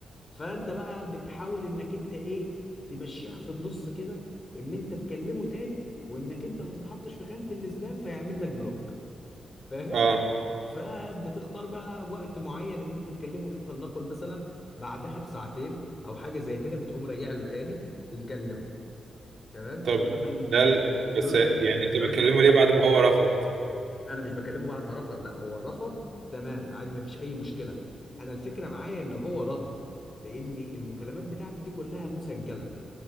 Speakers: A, on the left; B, on the right.
A: فانت بقى بتحاول انك انت ايه تمشيها في النص كده ان انت تكلمه تاني وانك انت ما تتحطش في خانه الاسبام فيعمل لك بلوك فاهم
B: اه
A: فبتختار بقى وقت معين ان انت تكلمه فيه فلنقل مثلا بعدها بساعتين او حاجه زي كده بتقوم راجع له تاني ومكلمه تمام
B: طب
A: لولا ما ال-
B: ده ال-
A: لولا
B: بس يعني
A: ما التارجت
B: انت بتكلمه
A: يخبط
B: ليه بعد ما هو رفض
A: انا مش بكلمه بعد ما رفض لا هو رفض تمام عادي ما فيش اي مشكله انا الفكره معايا ان هو رد لان المكالمات بتاعتي دي كلها مسجله